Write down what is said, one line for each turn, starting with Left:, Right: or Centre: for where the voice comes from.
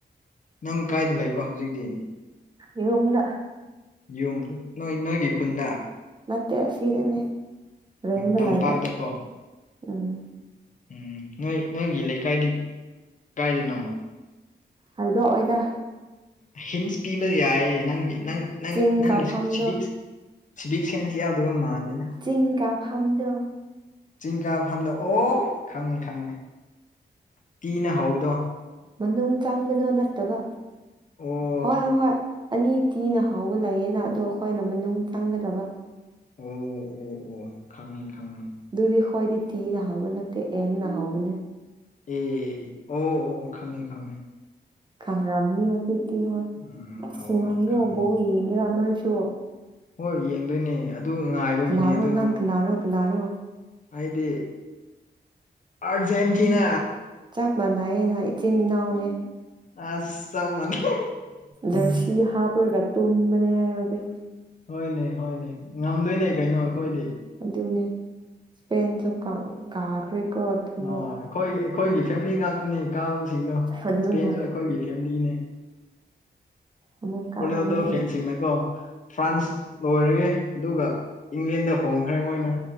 Left: ꯅꯪ ꯀꯥꯏꯗ ꯂꯩꯕ ꯍꯧꯖꯤꯛꯇꯤ
Right: ꯏꯣꯝꯗ
Left: ꯌꯨꯝ ꯅꯣꯏ ꯅꯣꯏꯒꯤ ꯈꯨꯟꯗ
Right: ꯅꯠꯇꯦ ꯑꯁꯤꯗꯅꯦ ꯇ꯭ꯔꯦꯟꯗ
Left: ꯇꯝꯄꯥꯛꯇꯀꯣ
Right: ꯂꯩꯥꯛꯕ ꯎꯝ
Left: ꯎꯝ ꯅꯣꯏ ꯅꯣꯏꯒꯤ ꯂꯩꯀꯥꯏꯗꯤ ꯀꯥꯏꯗꯅꯣ
Right: ꯑꯗꯨꯗꯣ ꯑꯣꯏꯗ
Left: ꯍꯤꯟꯁ ꯄꯤꯕ ꯌꯥꯏꯌꯦ ꯅꯪꯒꯤ ꯅꯪ ꯅꯪ
Right: ꯆꯤꯡ
Left: ꯅꯪꯒꯤꯁꯨ
Right: ꯀꯥꯐꯝꯗꯣ
Left: ꯁꯤꯕꯤ ꯁꯤꯕꯤꯛ ꯁꯦꯟꯁ ꯌꯥꯎꯗꯕ ꯃꯥꯜꯜꯂꯤ
Right: ꯆꯤꯡꯒꯥꯥ ꯐꯝꯗꯣ
Left: ꯆꯤꯡ ꯀꯥ ꯐꯗ ꯑꯣ ꯈꯪꯉꯦ ꯈꯪꯉꯦ ꯇꯤꯅ ꯍꯧꯕꯗꯣ
Right: ꯃꯅꯨꯡ ꯆꯪꯕꯗꯣ ꯅꯠꯇꯕ
Left: ꯑꯣ
Right: ꯍꯣꯏ ꯍꯣꯏ ꯍꯣꯏ ꯑꯅꯤ ꯊꯤꯅ ꯍꯥꯎꯕ ꯂꯩꯌꯦꯅ ꯑꯗꯣ ꯑꯩꯈꯣꯏꯅ ꯃꯅꯨꯡ ꯆꯪꯒꯗꯕ
Left: ꯑꯣ ꯑꯣ ꯑꯣ ꯑꯣ ꯈꯪꯉꯤ ꯈꯪꯉꯤ
Right: ꯑꯗꯨꯗꯤ ꯈꯣꯏꯗꯤ ꯇꯤ ꯅꯍꯧꯕꯕ ꯅꯠꯇ ꯑꯦꯟ ꯅꯍꯕꯅꯦ
Left: ꯑꯦ ꯑꯣ ꯑꯣ ꯈꯪꯉꯦ ꯈꯪꯉꯦ
Right: ꯈꯪ꯭ꯔꯝꯅꯤ ꯍꯧꯖꯤꯛꯇꯤ ꯍꯣꯏ
Left: ꯎꯝ
Right: ꯑꯁ
Left: ꯍꯧꯋꯦ
Right: ꯉꯥꯏꯔꯣꯕꯧ
Left: ꯈꯪꯉꯦ
Right: ꯌꯦꯡꯒꯦꯔꯥ ꯅꯣꯏꯁꯨ
Left: ꯍꯣꯏ ꯌꯦꯡꯗꯣꯏꯅꯦ ꯑꯗꯨ ꯉꯥꯏꯕꯒꯤꯅꯦ
Right: ꯀꯅꯥꯔꯣ
Left: ꯑꯗꯨ ꯅꯪ
Right: ꯀꯅꯥꯔꯣ ꯀꯅꯥꯔꯣ
Left: ꯍꯥꯏꯗꯤ ꯑꯔ ꯌꯦꯟꯖꯤꯅ
Right: ꯆꯥꯄ ꯃꯥꯟ ꯅꯥꯏꯅ ꯆꯅꯤꯅꯍꯎꯅꯦ
Left: ꯑꯁ ꯆꯞ ꯃꯥꯟꯅꯩ
Right: ꯔꯁꯤ ꯍꯥꯄꯔꯦꯒ ꯇꯨꯝꯅꯦ ꯍꯥꯏ ꯍꯧꯦ
Left: ꯍꯣꯏꯅꯦ ꯍꯣꯏꯅꯦ ꯉꯝꯗꯣꯏꯅꯦ ꯀꯩꯅꯣ ꯑꯩꯈꯣꯏꯗꯤ
Right: ꯑꯗꯨꯅꯦ ꯏꯁꯄꯦꯟꯁꯨ ꯀꯥꯈ꯭ꯔꯦꯀꯣ ꯑꯃꯨꯛ
Left: ꯑꯣ ꯑꯩꯈꯣꯏꯒꯤ ꯑꯩꯈꯣꯏꯒꯤ ꯐꯦꯃꯤꯂꯤ ꯉꯥꯛꯇꯅꯦ ꯀꯥꯁꯤꯡꯗꯣ
Right: ꯑꯗꯨꯅꯦ
Left: ꯏꯁꯄꯦꯟꯁꯨ ꯑꯩꯈꯣꯏꯒꯤ ꯐꯦꯃꯤꯂꯤꯅꯦ
Right: ꯑꯃꯨꯛ ꯀꯥꯔꯅꯤ
Left: ꯔꯣꯅꯦꯜꯗꯣ ꯐꯦꯟꯁꯤꯡꯅꯀꯣ ꯐ꯭ꯔꯥꯟꯁ ꯂꯣꯏꯔꯒꯦ ꯑꯗꯨꯒ ꯏꯪꯂꯦꯟꯗ ꯍꯣꯡꯈ꯭ꯔꯦ ꯃꯣꯏꯅ